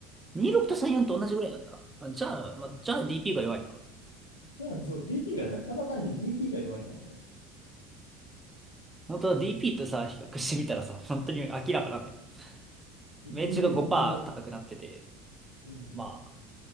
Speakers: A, on the right; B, on the left.
A: 26と34と同じぐらいなんだ。あ、じゃあ、まあ、じゃあ DP が弱いな。
B: じゃあ、そう、DP が弱い。ただ単に DP が弱いんだな、これ。
A: 本当は DP とさ、比較してみたらさ、<laughs> 本当に明らかなんだけど。
B: DP
A: 命中が5%
B: 本当に弱い。
A: 高くなってて、
B: うん、
A: まあ、